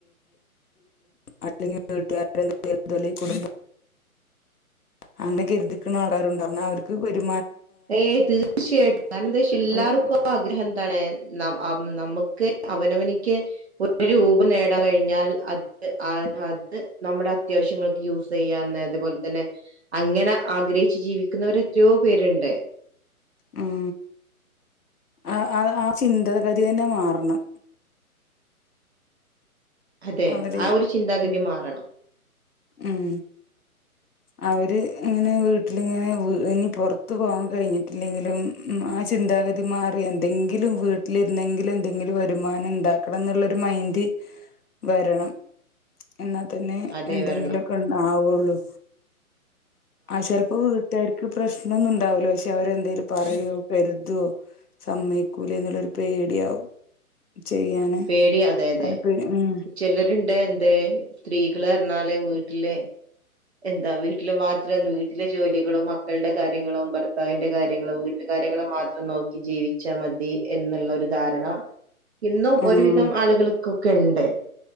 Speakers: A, on the left; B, on the right.
A: അല്ലെങ്കിൽ വീട്ടുകാരോല കുടുംബ അങ്ങനെ കരുതിക്ക്ണെ ആൾക്കാരുംണ്ടാവും ന്ന അവർക്ക് ഒര്
B: ഏ തീർച്ചയായിട്ടും കാരണം എന്താ വച്ച എല്ലാർക്കും
A: അവര്
B: ആഗ്രഹം എന്താണ് നമ്മുക്ക് ക്ക് അവനവനിക്ക് ഒരു രൂപ നേടാൻ കഴിഞ്ഞാൽ അത് അത് നമ്മുടെ അത്യാവശ്യങ്ങൾക്ക് യൂസ് ചെയ്യാന്ന് അത്പോലെ തന്നെ അങ്ങനെ ആഗ്രഹിച്ച് ജീവിക്കുന്നവർ എത്രയോ പേരുണ്ട്.
A: ഉം ആ ആ ചിന്തഗതി തന്നെ മാറണം.
B: അതെ
A: അവര്
B: ആ ഒരു ചിന്താഗതി
A: ഉം
B: മാറണം
A: ഉം അവര് ഇങ്ങനെ വീട്ടിലിങ്ങനെ ഇനി പുറത്ത് പോകാൻ കഴിഞ്ഞിട്ടില്ലെങ്കിലും, ആ ചിന്താഗതി മാറി എന്തെങ്കിലും വീട്ടിലിരുന്നെങ്കിലും എന്തെങ്കിലും വരുമാനം ഉണ്ടാക്കണം എന്നുള്ളൊരു മൈൻഡ് വരണം. എന്നാൽ തന്നെ
B: അതെ
A: എന്തെങ്കിലുമൊക്കെ
B: വരണം
A: ആവുള്ളൂ. ആ ചിലപ്പോ വീട്ടാർക്ക് ക്ക് പ്രശ്നൊന്നും ഉണ്ടാവൂല പക്ഷെ അവരെന്തേലും പറയോ കരുതോ സമ്മയിക്കൂലേ എന്നുള്ളൊരു പേടിയാവും. ചെയ്യാന്
B: പേടി അതെ അതെ
A: ഒര് പേടി ഉം
B: ചിലരുണ്ട് എന്തേ സ്ത്രീകൾന്ന് ല് വീട്ടില് എന്താ വീട്ടില് മാത്രം വീട്ടിലെ ജോലികളും മക്കളുടെ കാര്യങ്ങളും ഭർത്താവിന്റെ കാര്യങ്ങളോ വീട്ട കാര്യങ്ങളോ മാത്രം നോക്കി ജീവിച്ചാൽ മതി, എന്നുള്ള ഒരു ധാരണ ഇ
A: ഉം ആഹ്
B: ഒരുവിധം ആളുകൾക്കും ഒക്കെണ്ട്.